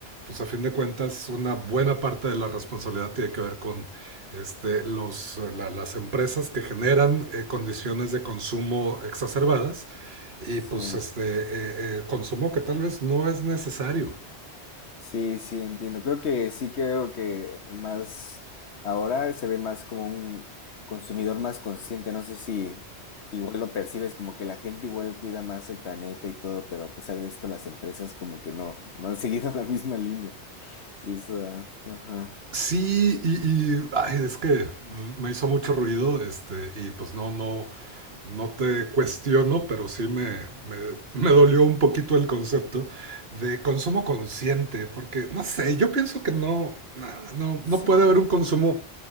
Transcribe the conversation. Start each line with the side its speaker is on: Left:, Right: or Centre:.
Right: pues a fin de cuentas una buena parte de la responsabilidad tiene que ver con este, los, la- las empresas que generan eh, condiciones de consumo exacerbadas y
Left: Sí.
Right: pues este eh, eh, consumo que tal vez no es necesario.
Left: Sí, sí, entiendo. Creo que sí creo que más ahora se ve más como un consumidor más consciente. No sé si, si igual lo percibes como que la gente igual cuida más el planeta y todo, pero a pesar de esto las empresas como que no, no han seguido <laughs> la misma línea. Sí, eso da- ajá.
Right: Sí, y, y, ay, es que mm, me hizo mucho ruido, este, y pues no, no, no te cuestiono, pero sí me, me, me dolió un poquito el concepto de consumo consciente, porque no sé, yo pienso que no, na- no,
Left: Sí,
Right: no puede haber un consumo